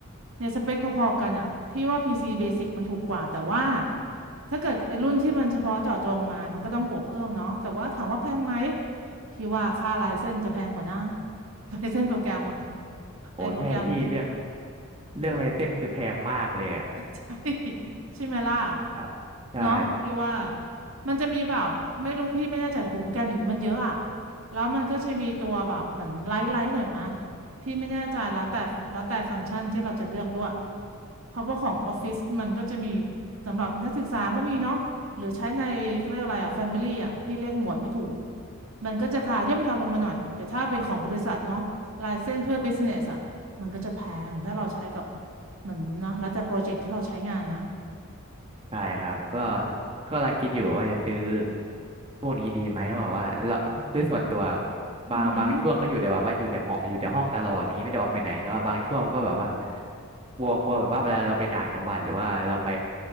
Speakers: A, on the right (about 80°); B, on the right (about 25°).
A: ในสเปคพอๆกันอ่ะพี่ว่า PC Basic มันถูกกว่าแต่ว่าถ้าเกิดไอ้รุ่นที่มันเฉพาะเจาะจงมามันก็ต้องบวกเพิ่มเนาะแต่ว่าถามว่าแพงไหมพี่ว่าค่าไลเซนส์จะแพงกว่านะ <laughs> ไลเซนส์โปรแกรมอ่ะ
B: โอ้ใช่พี่เรื่อง
A: ไอ้โปรแกรม
B: เรื่องไรเส้นคือแพงมากเลยอะ
A: ใช่ <laughs> ใช่ไหมล่ะ
B: ฮะใช่
A: เนาะพี่ว่ามันจะมีแบบไม่รู้พี่ไม่แน่ใจหูโปรแกรมอย่างนี้มันเยอะอะแล้วมันก็จะมีตัวแบบเหมือนไลท์ไลท์หน่อยมะพี่ไม่แน่ใจแล้วแต่แล้วแต่ฟังก์ชันที่เราจะเลือกด้วยเพราะว่าของออฟฟิศมันก็จะมีสำหรับนักศึกษาก็มีเนาะหรือใช้ในเขาเรียกอะไรอะแฟมิลี่อะพี่เรียกหมวดไม่ถูก มันก็จะราคาย่อมเยาวลงมาหน่อยแต่ถ้าเป็นของบริษัทเนาะลายเส้นเพื่อ business อ่ะมันก็จะแพงถ้าเราใช้กับเหมือนนะแล้วแต่โปรเจกต์ที่เราใช้งานนะ
B: ใช่ครับก็ก็กำลังคิดอยู่ว่าจะซื้อพวกนี้ดีไหมเพราะว่าเราด้วยส่วนตัวบางบางช่วงก็อยู่แต่แบบว่าอยู่แต่หออยู่แต่ห้องตลอดอะไรอย่างนี้ไม่ได้ออกไปไหนแต่ว่าบางช่วงก็แบบว่า
A: อือหืออ๋อ
B: กลัวกลัวแบบว่าเวลาเราไปต่างจังหวัดหรือว่าเราไป